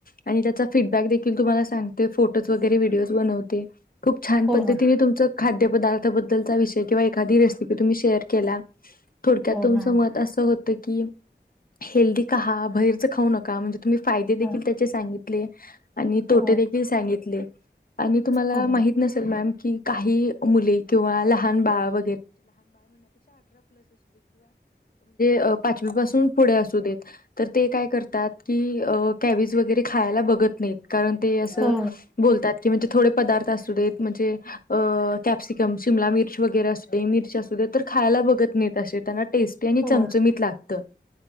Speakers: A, on the left (about 50°); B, in the centre.
A: आणि त्याचा फीडबॅक देखील तुम्हाला सांगते फोटोज वगैरे व्हिडिओ बनवते खूप छान
B: हो
A: पद्तीने
B: मॅम
A: तुम खाद्य पदार्थ बद्दलचा विषय किंवा एखादा - -खादी रेसेपी तुम्ही शेअर केला थोडक्यात
B: हो
A: तुमच
B: मॅम
A: मत अस होत की हेल्दी खावा बाहेरच खाऊ नका म्हणजे तुम्ही फायदे
B: हो
A: देखील त्याचे सांगितले आणि तोटे
B: हो
A: देखील सांगितले आणि तुम्हाला
B: हो
A: माहित
B: मॅम
A: नसेल मॅम की काही मुली किंवा लहान बाळ अ पाचवीपसून पुढे असू देत तर ते काय करतात की कॅविज वगैरे खायला बघत नाहीत कारण ते असं
B: हो
A: बोलतात की म्हणजे थोड पदार्थ असुदे म्हणजे अ कॅप्सिकम शिमला मिर्च वगैरे असु दे मिर्च असु दे खायला बघत नाही अशे त्यांना टेस्टी आणि
B: हो
A: चमचमीत लागत